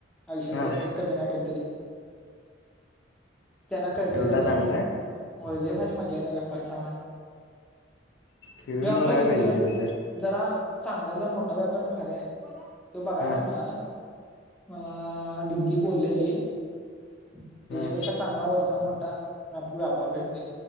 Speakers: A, in the centre; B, on the left.
A: आयुष्यत
B: हा
A: कधी ना कधी तरी त्यांना कळते
B: एवढा
A: सगळं
B: चांगला आहे
A: होईल भारी मज्जा येत त्या व्यापार खेळायला.
B: खेळून
A: ह आपला
B: बघायला
A: रेग्युलर
B: पाहिजे कधी तर
A: जरा चांगल्याला मोठा व्यापार मार आहे तो बघायचा
B: हा
A: आहे मला मला दिदी बोललेली त्याच्यापेक्षा
B: हा
A: चांगला वरचा मोठा व व्यापार भेटते